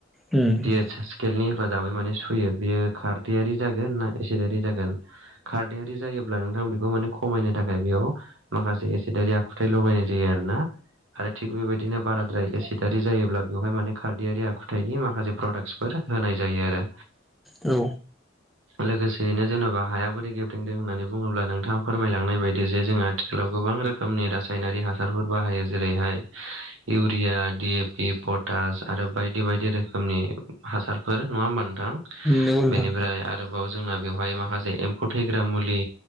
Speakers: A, in the centre; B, on the right.
A: नंगौ नोंथां
B: पि एइस <unintelligible> नि हेफाजाबायै मने सुयो बियो खारदैरि जागोन ना एसिदारि जागोन खारदैयारि जायो ब्ला नोंथां बेखौ माने खमायनो थाखाय बेयाव माखासे एसेदारि आखुथाय लगायनाय जायो आरोना। आरो थिग बेबायदिनो बाराद्राय एसिदारि जायोब्ला बेवहाय माने खारदैयारि आखुथायाइनि माखासे प्रडाक्टसफोर होनाय जायो आरो।
A: औ
B: लोगोसेयैनो जेन'बा हाया बोरै गेब्रेंंदों होननानै बुङोब्ला नोंथाङा फोरमायलांनाय बायदि जे जोङो आथिखालाव गो गोबां रोखोमनि रासायनारि हासारफोर बाहायो जेरैहाय urea D A P potash आरो बायदि बायदि रोखोमनि हासारफोर नङा होमबा नों थां
A: नंगौ नोंथां
B: बेनिफ्राय आरोबाव जोंना बेवहाय माखासे एम्फौ थैग्रा मुलि